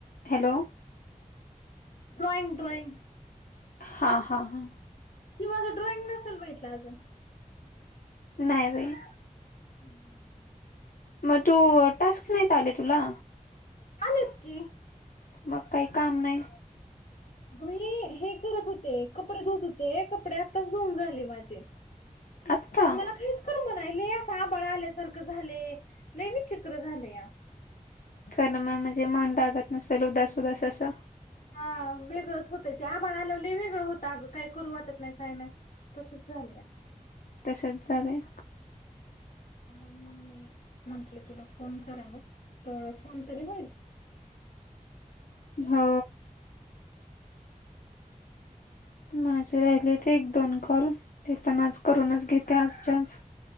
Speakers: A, on the left; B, on the left.
A: हॅलो.
B: Drawing drawing.
A: हा हा हा.
B: तु माझं, डॉईंग नसेल बघितलं अजून.
A: नाही बाई.
B: हम्म्.
A: म तू, टास्क नाहीत आले तुला?
B: आलेत की.
A: मग काही काम नाही
B: अगं मी हे करत होते, कपडे धुत होते. कपडे आत्ताच धुऊन झाले माझे.
A: आत्ता
B: पण मला काहीच करमनायले असं आभाळ आल्यासारखं झालंय, लई विचित्र झालया.
A: करमना म्हणजे मन लागत नसेल उदास उदास असं.
B: हा, वेगळंच होतंय. ते आभाळ आल्यावर लय वेगळं होतं, अगं काही करू वाटत नाही काय नाही. तसचं झालया.
A: तसंच झालंय.
B: म्हणून मग मी म्हंटलं तुला फोन करावं तर फोन तरी होईल.
A: हो. माझे राहिले ते एक दोन कॉल ते पण आज करूनच घेते आजच्या आज.